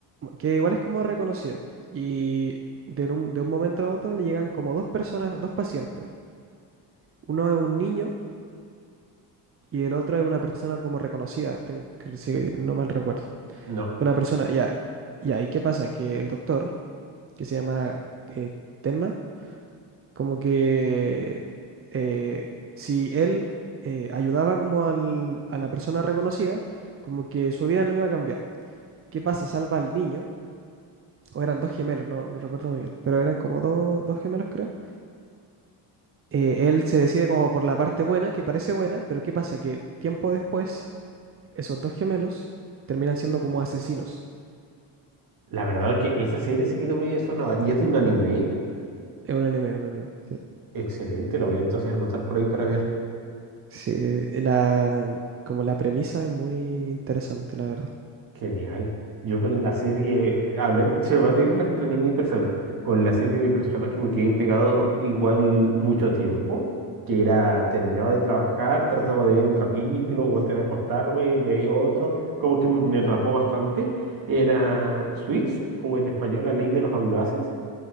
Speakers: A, on the right; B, on the right.
A: que igual es como reconocido, y de un, de un momento a otro le llegan como dos personas, dos pacientes. Uno es un niño y el otro es una persona como reconocida, tengo que, si no mal recuerdo.
B: No.
A: Una persona, ya. Y ahí, ¿qué pasa? Que el doctor, que se llama eh, Tenma, como que eh, si él eh, ayudaba como al- a la persona reconocida, como que su vida no iba a cambiar. ¿Qué pasa? Salva al niño, o eran dos gemelos, no, no recuerdo muy bien, pero eran como dos dos gemelos, creo eh, él se decide como por la parte buena, que parece buena, pero ¿qué pasa? Que tiempo después esos dos gemelos terminan siendo como asesinos.
B: La verdad es que esa serie sí que no me sonaba. Y es de un anime.
A: Es un anime, es un anime. Sí,
B: Excelente, la voy a entonces anotar por ahí para ver.
A: Sí, de- la, como la premisa es muy interesante, la verdad.
B: Genial. Yo con la serie, eh, hablemos, se me va a tener las entre anime y personas. Con la serie de personas que me quedé pegado igual mucho tiempo, que era, terminaba de trabajar, trataba de ver un capítulo o antes de acostarme, veía otro, como que me, me atrapó bastante. Era Suits, o en español La Ley de los Audaces,